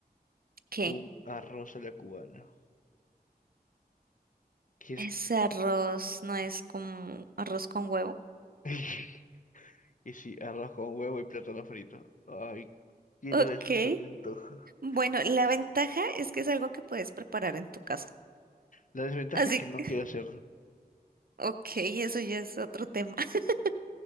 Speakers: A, on the right; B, on the left.
A: ¿Qué?
B: Un arroz a la cubana. Que es...
A: ¿Ese arroz no es como arroz con huevo?
B: <laughs> Y sí, arroz con huevo y plátano frito. Ay, quiero
A: Ok.
B: eso, se me antoja.
A: Bueno, la ventaja es que es algo que puedes preparar en tu casa.
B: La desventaja
A: Así
B: es que no
A: que,
B: quiero hacerlo.
A: ok, eso ya es otro tema. <laughs>